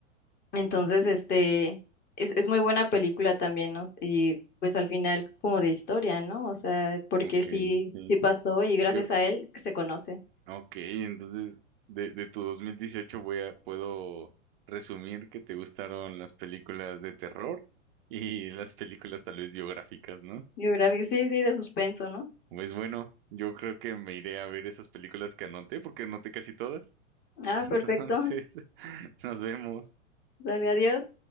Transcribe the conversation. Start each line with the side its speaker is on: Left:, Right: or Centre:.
Left: Entonces, este, es, es muy buena película también, ¿no? Y pues al final como de historia, ¿no? O sea, porque
Right: Ok,
Left: sí,
Right: sí.
Left: sí pasó y gracias
Right: Yo,
Left: a él es que se conoce.
Right: Ok, entonces de, de tu 2018 voy a, puedo resumir que te gustaron las películas de terror y las películas tal vez biográficas, ¿no?
Left: Biográfico, sí, sí, de suspenso, ¿no?
Right: Pues bueno, yo creo que me iré a ver esas películas que anoté, porque anoté casi todas.
Left: Ah,
Right: <laughs>
Left: perfecto.
Right: Entonces, <laughs> nos vemos.
Left: Dale, adiós.